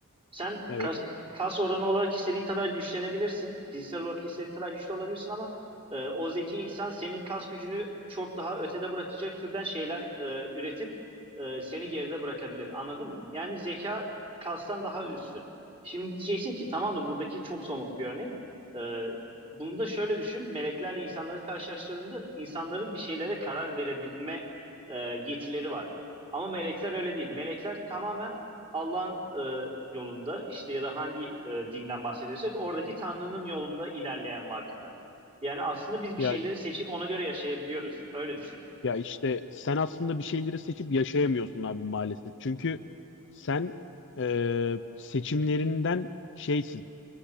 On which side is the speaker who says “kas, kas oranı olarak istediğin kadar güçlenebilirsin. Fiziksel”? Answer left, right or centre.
Right